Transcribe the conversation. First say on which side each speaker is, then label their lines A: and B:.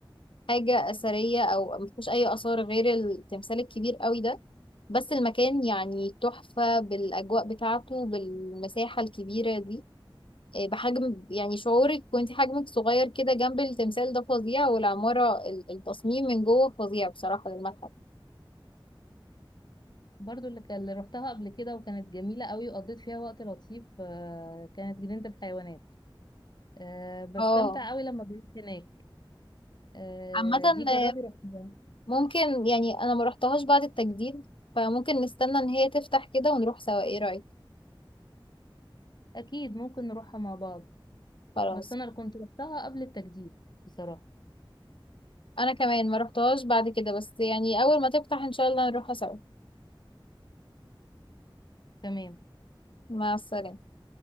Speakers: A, on the left; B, on the left.
A: حاجة أثرية أو ما فيهوش أي آثار غير التمثال الكبير قوي ده بس المكان يعني تحفة بالأجواء بتاعته بالمساحة الكبيرة دي إيه، بحجم يعني شعورك وانت حجمك صغير كده جنب التمثال ده فظيع والعمارة ال- التصميم من جوه فظيع بصراحة للمتحف
B: برضو اللي كان- اللي روحتها قبل كده وكانت جميلة قوي وقضيت فيها وقت لطيف آه، كانت جنينة الحيوانات آه، بستمتع
A: اه
B: قوي لما بروح هناك آه،
A: عامة
B: دي جربي
A: آه،
B: روحيها
A: ممكن يعني أنا ما رحتهاش بعد التجديد فممكن نستنى إن هي تفتح كده ونروح سوا ايه رأيك
B: اكيد ممكن نروحها مع بعض
A: خلاص
B: بس انا اللي كنت روحتها قبل التجديد بصراحة
A: أنا كمان ما رحتهاش بعد كده بس يعني أول ما تفتح إن شاء الله نروحها سوا
B: تمام
A: مع السلامة